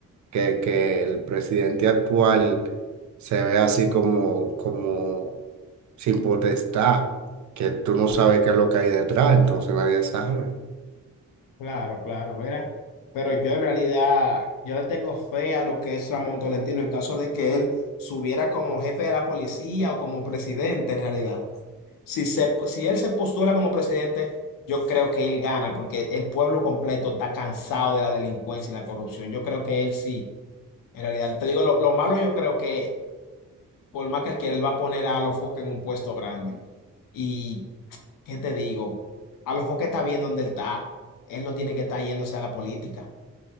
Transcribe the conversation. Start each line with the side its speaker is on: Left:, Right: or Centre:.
Right: que, que el presidente actual se ve así como, como sin potestad, que tú no sabes qué es lo que hay detrás, entonces nadie sabe.
Left: Claro, claro, verá. Pero yo en realidad, yo le tengo fe a lo que es Ramón Tolentino en caso de que él subiera como jefe de la policía o como presidente en realidad. Si se, si él se postula como presidente, yo creo que él gana porque el pueblo completo está cansado de la delincuencia y la corrupción. Yo creo que él sí, en realidad. Te digo, lo, lo malo yo creo que por más que él quiera, él va a poner a los Focke en un puesto grande. y ¿Qué te digo? A lo mejor que está bien donde él está. Él no tiene que estar yéndose a la política.